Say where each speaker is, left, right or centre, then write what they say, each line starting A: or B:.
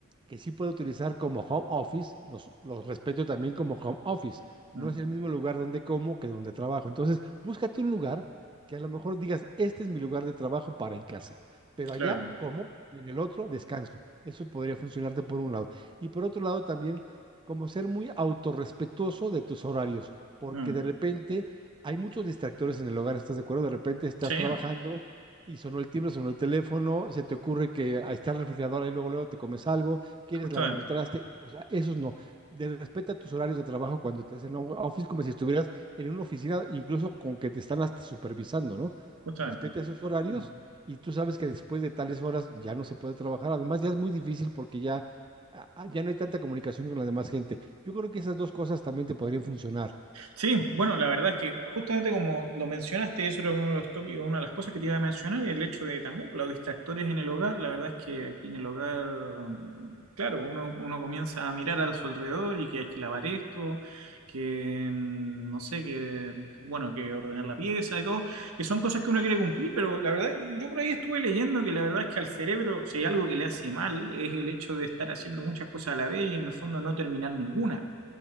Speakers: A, on the right (about 20°); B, on the right (about 85°).
A: que sí puedo utilizar como home office, los, los respeto también como home office. No
B: mm,
A: es el mismo lugar donde como que donde trabajo. Entonces, búscate un lugar que a lo mejor digas, este es mi lugar de trabajo para en casa, pero allá
B: claro.
A: como y en el otro descanso. Eso podría funcionarte por un lado. Y por otro lado también como ser muy autorrespetuoso de tus horarios, porque
B: mm.
A: de repente hay muchos distractores en el hogar, ¿estás de acuerdo? De repente estás
B: Sí,
A: trabajando y sonó el timbre, sonó el teléfono, se te ocurre que ahí está el refrigerador, ahí luego, luego te comes algo, quieres
B: justamente,
A: lavar un traste, o sea, esos no. De respeta tus horarios de trabajo cuando te hacen home office, como si estuvieras en una oficina, incluso con que te están hasta supervisando, ¿no?
B: justamente.
A: Respeta esos horarios
B: Mm.
A: y tú sabes que después de tales horas ya no se puede trabajar. Además, ya es muy difícil porque ya, ah, ah, ya no hay tanta comunicación con la demás gente. Yo creo que esas dos cosas también te podrían funcionar.
B: Sí, bueno, la verdad es que justamente como lo mencionaste, eso era uno de los tópicos, una de las cosas que te iba a mencionar, y el hecho de también por los distractores en el hogar, la verdad es que aquí en el hogar, mm, claro, uno, uno comienza a mirar a su alrededor y que hay que lavar esto, que mm, no sé, que bueno, que ordenar la pieza y todo, que son cosas que uno quiere cumplir, pero la verdad, yo por ahí estuve leyendo que la verdad es que al cerebro, si hay algo que le hace mal, es el hecho de estar haciendo muchas cosas a la vez y en el fondo no terminar ninguna